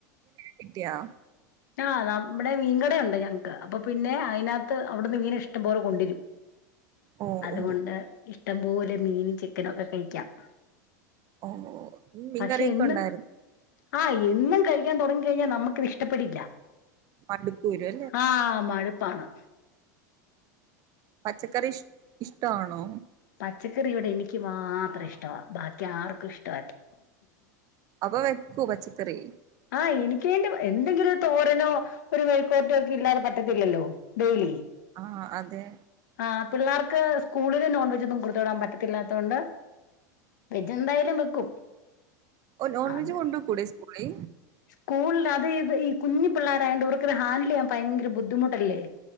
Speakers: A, on the right; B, on the left.
A: കിട്ടയാ
B: ആഹ് നമ്മുടെ മീൻകടയുണ്ട് ഞങ്ങക്ക് അപ്പൊ പിന്നെ അയിന ത്ത് അവിടുന്ന് മീന് ഇഷ്ടംപോലെ കൊണ്ടരും
A: ഓ
B: അതുകൊണ്ട്.
A: ഓ
B: ഇഷ്ടം പോലെ മീനും ചിക്കനും ഒക്കെ കഴിക്കാം.
A: ഓഹ് ഓഹ് മീൻകറിയൊക്കെ
B: പക്ഷെ എന്നും
A: ഉണ്ടായിരു
B: ആഹ് എന്നും കഴിക്കാൻ തുടങ്ങി കഴിഞ്ഞാൽ നമുക്കത് ഇഷ്ടപ്പെടില്ല.
A: മട്ക്കൂലെ
B: ആഹ് ആഹ് മടുപ്പാണ്.
A: പച്ചക്കറി ഇഷ് ഇഷ്ട്ടാണോ?
B: പച്ചക്കറി ഇവിടെ എനിക്ക് മാത്രം ഇഷ്ടവാ ബാക്കി ആർക്കും ഇഷ്ടവല്ല.
A: അപ്പ വക്കൂ പച്ചക്കറി
B: ആഹ് എനികുവേണ്ടി എന്തെങ്കിലും തോരനോ ഒരു മെഴിക്കുപുരട്ടി ഒക്കെ ഇല്ലാതെ പറ്റത്തില്ലല്ലോ ഡെയിലി
A: ആഹ് അതെ
B: ആ പിള്ളേർക്ക് സ്കൂളില് നോൺ വെജൊന്നും കൊടുത്തു വിടാൻ പറ്റത്തില്ലാത്തോണ്ട് വെജ് എന്തായാലും വെക്കും
A: ഓ നോൺ
B: അത്
A: വെജ് കൊണ്ടോ കൂടെ സ്കൂളി
B: സ്കൂളിൽ അത് ഇത് ഈ കുഞ്ഞി പിള്ളോരായണ്ട് ഇവർക്ക്ത് ഹാൻഡില് യ്യാൻ ഭയങ്കര ബുദ്ധിമുട്ടല്ലേ